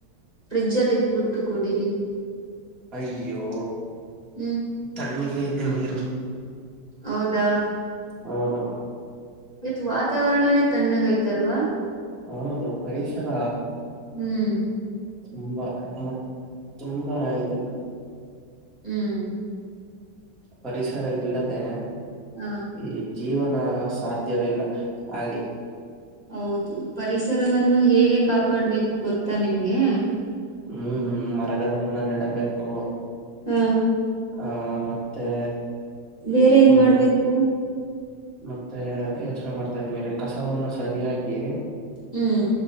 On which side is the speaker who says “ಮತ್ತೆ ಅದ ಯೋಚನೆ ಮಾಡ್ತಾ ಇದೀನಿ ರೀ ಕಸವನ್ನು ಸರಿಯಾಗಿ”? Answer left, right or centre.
Centre